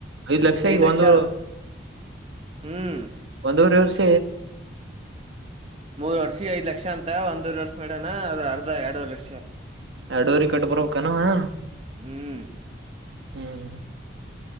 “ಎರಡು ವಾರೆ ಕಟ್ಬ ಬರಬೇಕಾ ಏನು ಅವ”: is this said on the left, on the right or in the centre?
Right